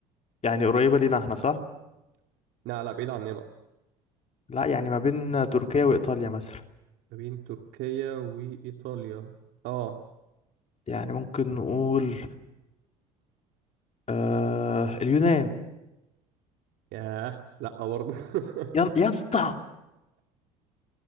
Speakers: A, on the left; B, on the right.
A: يعني قريبة لينا احنا صح؟
B: <laughs> لا لا بعيد عننا
A: لأ يعني ما بين تركيا وإيطاليا مثلا
B: ما بين تركيا وايطاليا اه
A: يعني ممكن نقول آه اليونان
B: ياه لا برضه <laughs>
A: يا يا اسطى